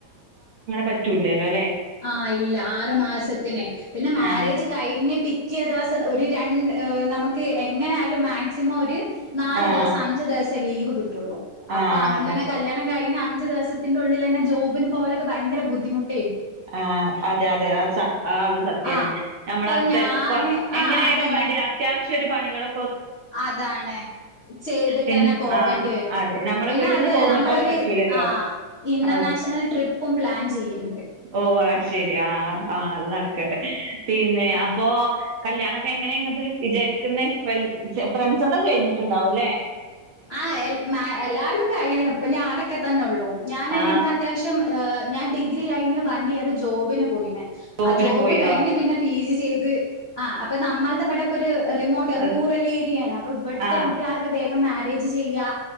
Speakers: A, on the right (about 60°); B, on the left (about 60°).
A: പറ്റൂല്ലാല്ലോ അല്ലെ.
B: ആ ഇല്ല ആറു മാസത്തിനെ പിന്നെ മാരേജ്
A: ആഹ്
B: കഴിഞ്ഞ പിറ്റേ ദിവസം ഒരു രണ്ട് നമുക്ക് എങ്ങനെ ആയാലും മാക്സിമം ഒരു നാല്
A: ആഹ്
B: ദിവസം
A: ആഹ്
B: അഞ്ചു ദിവസ് ത്ത ലീവ് കി ട്ടുള്ളു
A: ആഹ്
B: അപ്പൊ അങ്ങനെ
A: അതെ
B: കല്യാണം കഴിഞ്ഞ അഞ്ച് ദിവസത്തിന്റെഉളളിലന്നെ ജോബിന് പോകലക്കെ ഭയങ്കര ബുദ്ധിമുട്ടെ
A: ആ അതെ അതെ അ സ ആ ഒരു സത്യാണ്
B: ആഹ്
A: ഞമ്മള
B: ഇപ്പൊ
A: അവിടുത്തെ
B: ഞാന്
A: എല്ലാ ഇപ്പ എങ്ങനെയാലും
B: ആഹ് അതന്നെ
A: വേണ്ടി അത്യാവ ശ ഒരു പണികളൊ
B: അതാണ് ചെയ്തിട്ടന്നെ
A: പിന്നെ
B: പോവേണ്ടി
A: ആഹ്
B: വരും.
A: അതെ നമ്മളെ
B: പിന്നെ
A: വീട്ടിൽന്ന്
B: അതുല്ല
A: പോകുന്ന
B: നമ്മളൊരു
A: പോലെ പറ്റൂലല്ലോ
B: ആ ഇന്റർനാഷണൽ
A: അത്
B: ട്രിപ്പും പ്ലാൻ ചെയ്യണ്ട്.
A: ഓ അശരി ആ ആ അള്ള അട്ക്ക്‌ കട്ടെ പിന്നെ
B: ഉം
A: അപ്പൊ കല്യാണൊക്കെ എങ്ങനെ ഇങ്ങന്‌ത്തെഒരു വിചാരിക്കുന്നേ. ഫ്രണ്ട്സ്സൊക്കെ കഴിഞ്ഞിട്ടുണ്ടാവൂല്ലേ.
B: ആ എൽ മ എല്ലാരും കഴിയണം. ഇപ്പൊ ഞാനൊക്കെ തന്നെ ഒള്ളൂ. ഞാനന്നെ
A: ആ
B: ഇന്ക്ക് അത്യാവശ്യം ഞാൻ ഡിഗ്രി കഴിഞ്ഞ് വൺ ഇയർ ജോബിന് പോയിണ്.
A: ജോബിന്
B: ആ ജോബ്
A: പോയോ
B: കഴിഞ്ഞ് പിന്നെ പി ജി ചെയ്ത്. ആ അപ്പ നമ്മൾടെ ഇവിടെക്കെ ഒരു റിമോട്ട്
A: അത്
B: റൂറൽ ഏരിയയാണ് അപ്പൊ ഇവിടുത്തെ
A: ആ
B: കുട്ടികളൊക്കെ വേ ക്ക മാ റേജ് ചെയ്യാ